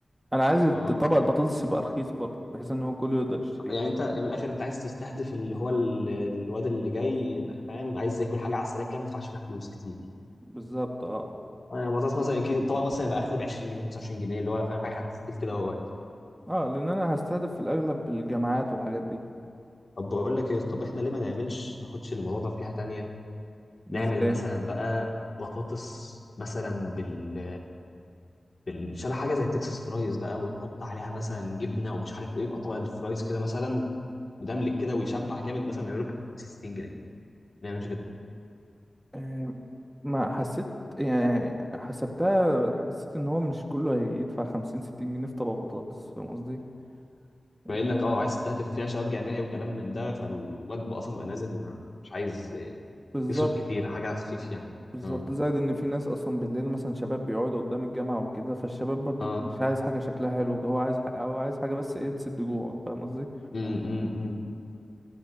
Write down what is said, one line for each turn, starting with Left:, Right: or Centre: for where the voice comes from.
Right: انا عايز
Left: اه
Right: طبق البطاطس يبقى رخيص برضه بحيث ان هو كله يقدر يشتريه
Left: يعني انت من الاخر انت عايز تستهدف اللي هو ال- الواد اللي جاي فاهم عايز ياكل حاجة على السريع كده ما يدفعش فيها فلوس كتير
Right: بالظبط اه
Left: آه، بطاطس مثلا كده طبق مثلا يبقى اخره ب 20 جنيه 25 جنيه اللي هو فاهم حاجة خفيف كده وهو واقف
Right: اه لان انا هستهدف في الاغلب الجامعات والحاجات دي
Left: طب بقول لك ايه طب احنا ليه ما نعملش ناخدش الموضوع ده في جهة تانية نعمل
Right: ازاي
Left: مثلا بقى بطاطس مثلا بال بال شبه حاجه زي تكساس فرايز بقى ونحط عليها مثلا جبنه ومش عارف ايه يبقى طبق الفرايز كده مثلا مدملك كده ويشبع جامد مثلا نعمله ب 50 60 جنيه ما نعملش كده
Right: آه، ما حسيت يعني حسبتها حسيت ان هو مش كله هيدفع خمسين ستين جنيه في طبق بطاطس فاهم قصدي اللي
Left: بما انك
Right: هو
Left: اه عايز تستهدف يعني شباب جامعي وكلام من ده فالواد بقى اصلا بقى نازل ما- مش عايز
Right: بالظبط
Left: يصرف كتير حاجه خفيف يعني
Right: بالظبط
Left: اه
Right: زائد ان في ناس اصلا بالليل مثلا شباب بيقعدوا قدام الجامعه وكده فالشباب برضو
Left: اه
Right: مش عايز حاجه شكلها حلو هو عايز ح- هو عايز حاجه بس ايه تسد جوعه فاهم قصدي
Left: امم